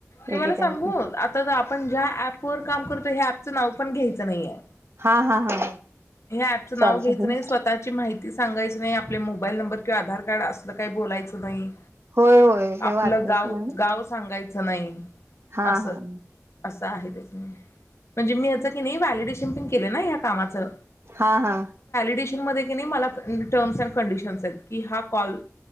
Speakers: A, on the left; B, on the right.
A: तुमाला
B: एकेकांचे
A: सांगू आता जो आपण ज्या ऍप पोर काम करतोय हे अँप च नाव पण घे. तस नाही हाय
B: हा हा हा
A: ह्या ऍपचं
B: सॉरी
A: नाव घ्यायचं
B: सॉरी
A: नाही स्वतःची माहिती सांगायच नाही आपले मोबाईल नंबर किंवा आधार कार्ड असल काही बोलायचं नाही
B: होय होय ते
A: आपलं
B: वाचलं
A: गाव
B: सगळं मी
A: गाव सांगाय च नाही.
B: हा
A: असं
B: हा
A: असं आहे तेच मं म्हणजे मी याचं की नी व्हॅलिडेशन पण केलं केलं ना ह्या कामाचं
B: हा हा
A: डिशन मदे की नी माला अ टर्म्स अँड कंडिशन्स आहेत की हा कॉल